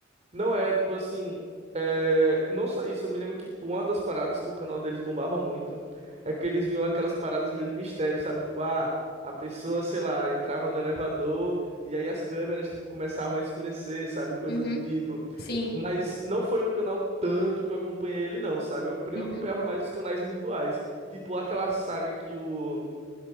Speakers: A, on the right; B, on the left.
A: Não é, tipo assim. é, Não só isso, eu me lembro que, tipo, uma das paradas que o canal deles bombava muito é que eles vinham aquelas paradas meio de mistério, sabe? Tipo, ah, a pessoa, sei lá, entrava no elevador e aí as câmeras, tipo, começavam a escurecer, sabe? Coisa
B: Uhum.
A: do tipo.
B: Sim.
A: Mas não foi um canal tanto que eu acompanhei ele, não, sabe? Eu, eu
B: Uhum.
A: acompanhava mais os canais individuais. Tipo, aquela saga que o.